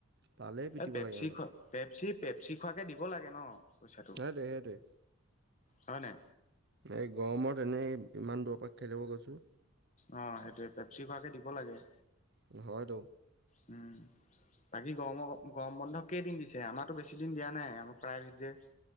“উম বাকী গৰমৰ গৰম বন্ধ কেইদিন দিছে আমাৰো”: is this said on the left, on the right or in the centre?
Left